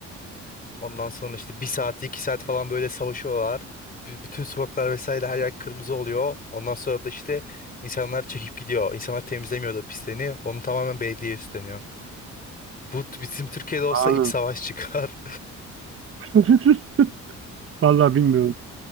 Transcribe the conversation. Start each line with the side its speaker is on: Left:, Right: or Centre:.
Left: Ondan sonra işte bir saat iki saat falan böyle savaşıyorlar. B- bütün sokaklar vesaire her yer kırmızı oluyor. Ondan sonra da işte insanlar çekip gidiyor. İnsanlar temizlemiyor da pisliğini. Onu tamamen belediye üstleniyor. Bu bizim Türkiye'de olsa
Right: Anam.
Left: iç savaş çıkar.
Right: <laughs> Vallahi bilmiyorum.